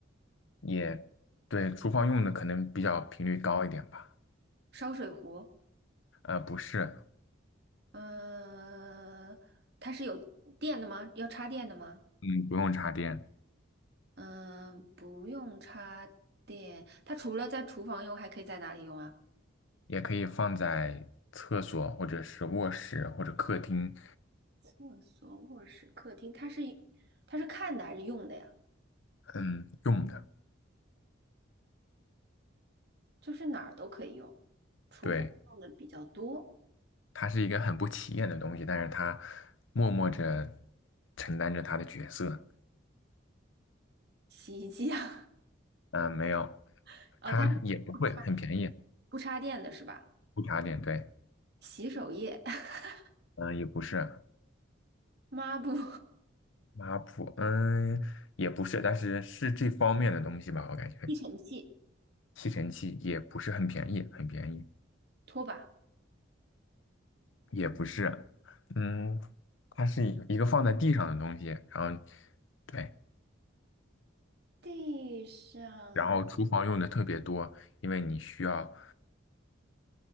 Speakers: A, on the left; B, on the right.
A: 也对，厨房用的可能比较频率高一点吧，
B: 烧水壶？
A: 呃，不是，
B: 嗯、它是有电的吗？要插电的吗？
A: 嗯，不用插电，
B: 嗯、不用插电。它除了在厨房用，还可以在哪里用啊？
A: 也可以放在厕所或者是卧室或者客厅。
B: 厕所、卧室、客厅，它是它是看的还是用的呀？
A: 嗯，用的，
B: 就是哪儿都可以用，厨房用的比较多，
A: 对，它是一个很不起眼的东西，但是它默默着承担着它的角色。
B: 洗衣机啊，
A: 嗯，没有，
B: <laughs> 哦，
A: 它也不贵，
B: 它是不插
A: 很便宜，
B: 不插电的是吧？
A: 不差点，对，
B: 洗手液、<laughs>
A: 嗯，也不是
B: 抹布、
A: 抹布，嗯，也不是，但是是这方面的东西吧，我感觉
B: 吸尘器、
A: 吸尘器也不是很便宜，很便宜，
B: 拖把、
A: 也不是，嗯，它是一一个放在地上的东西，然后对，
B: 地上
A: 然后厨房用的特别多，因为你需要。